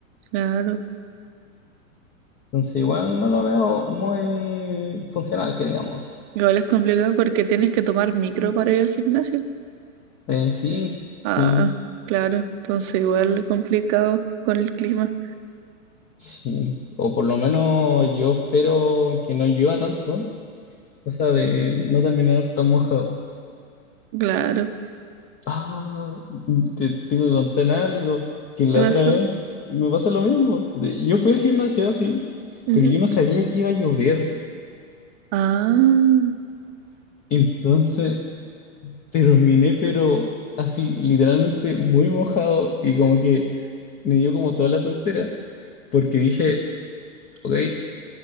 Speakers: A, on the right; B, on the left.
A: claro.
B: Entonces igual no lo veo muy funcional, que digamos.
A: Igual es complicado porque tienes que tomar micro para ir al gimnasio.
B: Eh, sí,
A: Ah,
B: sí,
A: claro. Entonces igual complicado con el clima.
B: sí. O por lo menos yo espero que no llueva tanto Cosa de no terminar tan mojado.
A: Claro.
B: Ah, te tengo que contar algo, que la
A: ¿Qué pasó?
B: otra vez me pasa lo mismo. De- Yo fui al gimnasio, sí,
A: Ujú.
B: pero yo no sabía que iba a llover.
A: Ah.
B: Entonces terminé, pero así, literalmente muy mojado y como que me dio como toda la tontera, porque dije, ok,